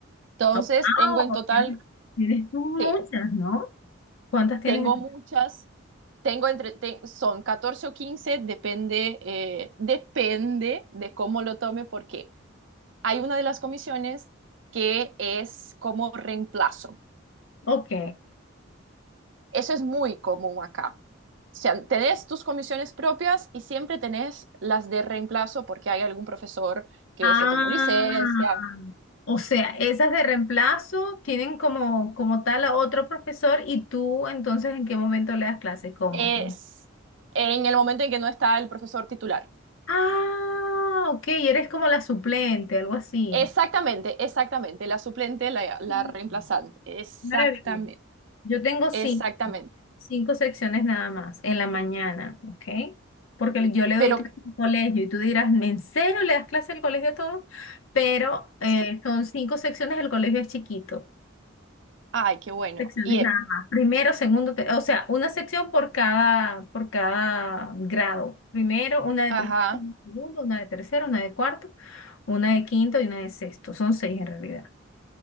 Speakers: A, on the right (about 65°); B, on the left (about 80°).
A: Entonces,
B: Ah, Wow,
A: tengo en total,
B: tienes, tienes muchas,
A: sí,
B: ¿no? ¿Cuántas tienes?
A: tengo muchas, tengo entre, te- son 14 o 15 depende, eh, depende de cómo lo tome, porque hay una de las comisiones que es como reemplazo.
B: Ok.
A: Eso es muy común acá. O sea, tenés tus comisiones propias y siempre tenés las de reemplazo porque hay algún profesor que
B: Ah,
A: se tomó licencia.
B: o sea, esas de reemplazo tienen como, como tal a otro profesor y tú entonces ¿en qué momento le das clases? ¿Cómo?
A: Es en el momento en que no está el profesor titular.
B: Ah, ok, eres como la suplente, algo así.
A: Exactamente, exactamente. La suplente, la, la
B: Mm,
A: reemplazante. Exactamente,
B: Maravilloso. Yo tengo
A: exactamente.
B: cinco, cinco secciones nada más en la mañana, ¿ok? Porque yo le doy
A: Pero,
B: clases al colegio y tú dirás, ¿en serio le das clase al colegio todo? Pero eh,
A: sí.
B: son cinco secciones, el colegio es chiquito.
A: ay, qué bueno.
B: Secciones
A: Y, eh,
B: nada más. Primero, segundo, te- o sea, una sección por cada, por cada grado. Primero, una de
A: ajá,
B: primero, una de segundo, una de tercero, una de cuarto, una de quinto y una de sexto. Son seis en realidad.